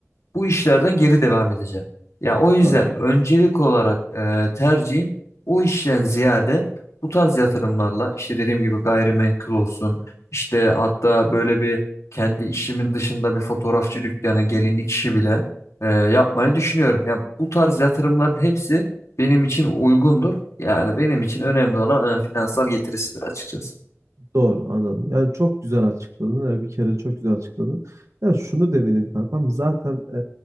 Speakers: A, on the left; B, on the right.
A: bu işlerden geri devam edeceğim. Ya o yüzden
B: Aynen.
A: öncelik olarak e, tercihim o işten ziyade bu tarz yatırımlarla işte dediğim gibi gayrimenkul olsun işte hatta böyle bir kendi işimin dışında bir fotoğrafçı dükkanı gelinlik işi bile e, yapmayı düşünüyorum. Ya bu tarz yatırımların hepsi benim için uygundur. Yani benim için önemli olan e, finansal getirisidir açıkçası.
B: Doğru anladım. Yani çok güzel açıkladın. Yani bir kere çok güzel açıkladın. Yani şunu demeliyim kankam. Zaten